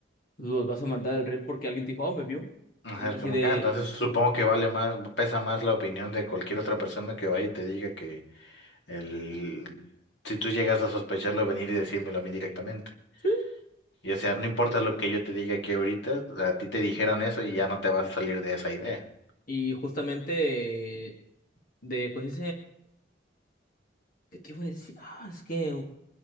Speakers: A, on the left; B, on the left.
A: los vas a mandar al reel porque alguien te dijo, oh, me vio.
B: Ajá,
A: Me quise
B: es como
A: de...
B: que, ah, entonces supongo que vale más, pesa más la opinión de cualquier otra persona que vaya y te diga que el, si tú llegas a sospecharlo, venir y decírmelo a mí directamente.
A: "Sí".
B: Y o sea, no importa lo que yo te diga aquí ahorita, a ti te dijeron eso y ya no te vas a salir de esa idea.
A: Y justamente de cosas ¿Qué te iba a decir? Ah, es que